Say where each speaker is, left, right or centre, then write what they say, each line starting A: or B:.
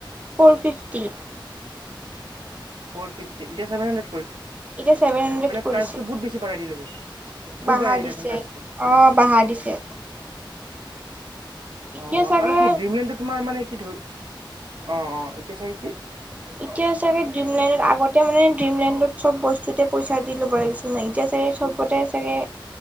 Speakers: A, on the right (about 15°); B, on the right (about 70°).
A: ফ'ৰ ফিফটি
B: ফৰ ফিভটি এতিয়া <unintelligible> মানে
A: এতিয়া ছেভেন হাণ্ড্ৰেড কৰিছে
B: প্ৰাইজটো বহুত বেছি বঢ়াই দিলে বহুত
A: বাহা
B: বঢ়াই দিলেচোন
A: দিছে
B: প্ৰাইচটো
A: আহ বাহা দিছে এতিয়া
B: অ
A: চাগে
B: আৰু কি ড্ৰিমলেণ্ড তোমাৰ মানে কি ধৰি অ অ এতিয়া চাগে কি? <unintelligible>
A: <inaudible> এতিয়া চাগে ড্ৰিম লাইনত আগতে মানে ড্ৰিম লাইনত চব বস্তুতে পইচা দি ল'ব লাগিছিল নাই এতিয়াাগে চব। আপতে চাগে